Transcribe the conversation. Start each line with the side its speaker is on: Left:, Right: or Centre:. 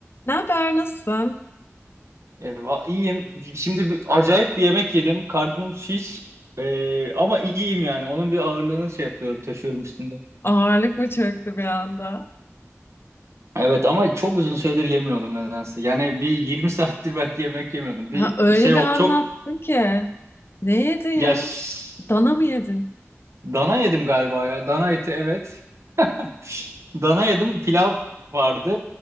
Left: Ne haber, nasılsın?
Right: Eyvah, iyiyim. Şimdi bir- acayip bir yemek yedim. Karnım şiş. Ee, ama iyiyim yani. Onun bir ağırlığını şey yapıyorum, taşıyorum üstünde.
Left: Ağırlık mı çöktü bir anda?
Right: Evet ama çok uzun süredir yemiyordum nedense. Yani bir 20 <laughs> saattir belki yemek yemiyordum. Bir
Left: Ha, öyle
Right: şey
Left: bir
Right: o
Left: anlattın
Right: çok
Left: ki. Ne yedin ya?
Right: ya ş-
Left: Dana mı yedin?
Right: dana yedim galiba ya. Dana eti evet. <laughs> Dana yedim. Pilav vardı.